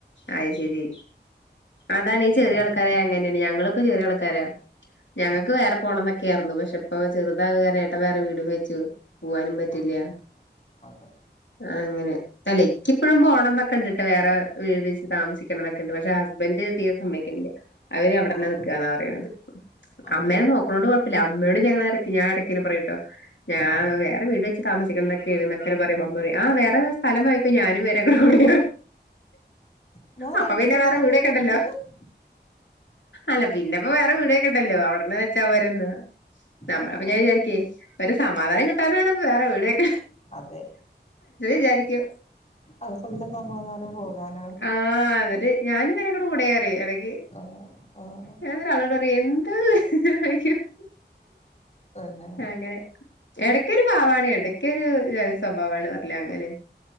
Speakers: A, on the left; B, on the left.
A: അയ് ശരി. അതാണ് ഈ
B: പിന്നെ
A: ചെറിയ ആൾക്കാരെ അങ്ങനെയാണ് ഞങ്ങള് ഇപ്പൊ ചെറിയ ആൾക്കാരാ ഞങ്ങക്ക്
B: ആഹ്
A: വേറേ പോണംന്നൊക്കെആർന്നു. പക്ഷെ ഇപ്പോ ചെറുതാവകാര ഏ ഇട്ട വേറെ വീടും വെച്ചു പോവാനും പറ്റില്ല.
B: ആഹ് അതെ
A: ആ അങ്ങനെ അല്ല എക്കിപ്പഴും പോണം എന്നൊക്കെ ഉണ്ട്ട്ട് വേറെ വീട് വച്ച് താമസിക്കണന്നോക്കെ ഉണ്ട്. പക്ഷെ ഹസ്ബന്റ് തീരെ സമ്മക്കണില്ല. അവര് അവിടന്നെ
B: ആഹ്
A: നിക്കുആന്നാ പറയണത്.
B: ആഹ്
A: അമ്മേനെ നോക്കണോണ്ട് കുഴപ്പില്ല. അമ്മേ ഞങ്ങളെ എറക്കി ഞ ഇടക്കിനെ പറയിട്ടോ ഞാ
B: ആഹ്
A: വേറേ വീട് വച്ച് താമ ക്കെൊക്കെ പറയുമ്പം അമ്മറയും ആ വേറെ സ്ഥലംമായിയിക്കോ ഞാനും വര ഇങ്ങടെ കൂടെ
B: എന്നാ
A: അപ്പൊ
B: വേണ്ട
A: പിന്നെ
B: തന്നെ
A: വേറെ
B: നല്ലത്
A: വീടക്കണ്ടല്ലോ.
B: പറഞ്ഞാല്
A: അല്ല പിന്നെപ്പോ വേറെ വീടക്കെണ്ടല്ലോ. അവിടന്ന് വെച്ചാ പോരന്ന് നമ്മ
B: ആഹ്
A: അപ്പൊ ഞാൻ വിചാരിക്കെ സമാധാനം കിട്ടാനാണ് വേറെ വീടെക്കെ
B: അതെ
A: വിചാരിക്കും
B: അത് ഫുള്ള സമാധാനം പോകാൻ
A: ആഹ് അത എ ഞാനും വേറെങ്ങുട് കൂടെയാറിയും എടക്ക്
B: ആഹ് ആഹ്
A: ഞാന്നേരം ആളോടറയും എന്താ <unintelligible>
B: പിന്നെ
A: അങ്ങനെ എടക്കൊര് പാവാണ് എടക്കെര് ജാതിസ്വഭാവാണ് പറഞ്ഞു. ല്ല അങ്ങനെ